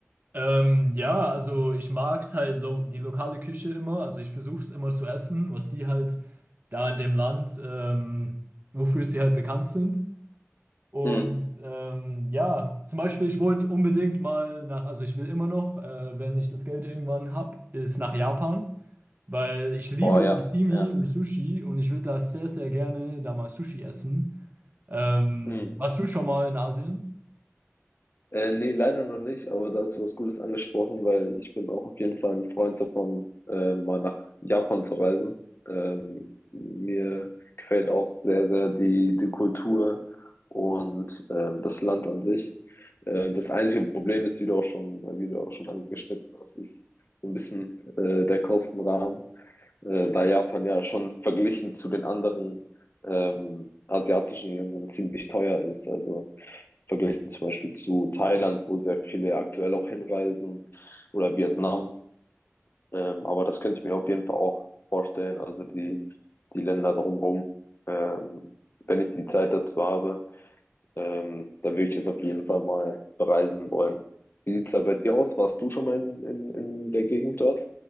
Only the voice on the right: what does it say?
Ähm, ja, also ich mag's halt lo die lokale Küche immer. Also ich versuche es immer zu essen, was die halt da in dem Land, ähm, wofür sie halt bekannt sind. Und
ähm, ja, zum Beispiel, ich wollte unbedingt mal nach, also ich will immer noch, äh, wenn ich das Geld irgendwann hab, ist nach Japan, weil ich liebe
Sashimi
und Sushi und ich würde da sehr, sehr gerne da mal Sushi essen. Ähm,
warst du schon mal in Asien?